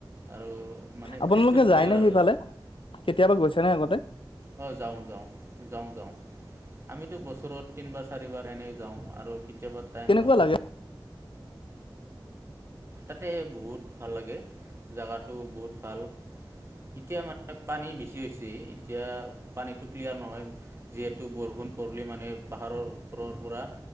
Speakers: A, on the right (about 30°); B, on the left (about 80°).
A: আৰু মানে
B: আপোনালোকে
A: ক্ৰিষ্টেল ক্লিয়াৰ
B: যায়নে
A: আৰু
B: সেইফালে? কেতিয়াবা গৈছে নাই আগতে?
A: অ', যাওঁ, যাওঁ, যাওঁ, যাওঁ। আমিতো বছৰত তিনিবাৰ চাৰিবাৰ এনেই যাওঁ আৰু কেতিয়াবা টাইম
B: কেনেকুৱা লাগে
A: তাতে বহুত ভাল লাগে জোগাটো বহুত ভাল। এতিয়া মানে পানী বেছি হৈছে এতিয়া পানীটো ক্লিয়াৰ নহয় যিহেতু বৰষুণ ষুণ পৰিলি মানে পাহাৰৰ ওপৰৰ পৰা